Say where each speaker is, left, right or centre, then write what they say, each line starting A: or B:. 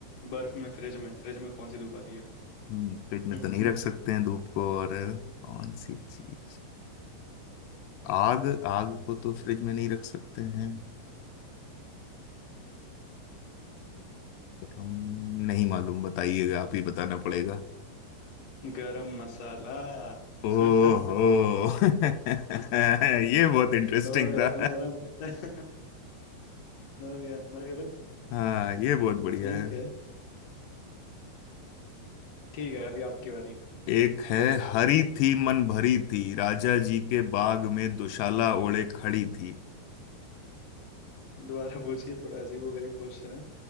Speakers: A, on the left; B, on the left.
A: बर्फ में फ्रिज में फ्रिज में कौन सी धूप आ रही है
B: हम्म, फ्रिज में
A: <laughs>
B: तो नहीं रख सकते हैं धूप को और कौन सी चीज आग आग को तो फ्रिज में नहीं रख सकते हैं पर हम नहीं मालूम बताइएगा आप ही बताना पड़ेगा
A: गरम मसाला <laughs>
B: ओहो <laughs> ये बहुत इंटरेस्टिंग
A: हो गया
B: था
A: ना गरम <laughs> हो गया ना गरम
B: <laughs> हाँ ये बहुत बढ़िया
A: ठीक
B: है
A: है ठीक है अभी आपकी बारी
B: एक है हरी थी मन भरी थी राजा जी के बाग में दुशाला ओढ़े खड़ी थी
A: दोबारा पूछिए थोड़ा अजीबोगरीब क्वेश्चन है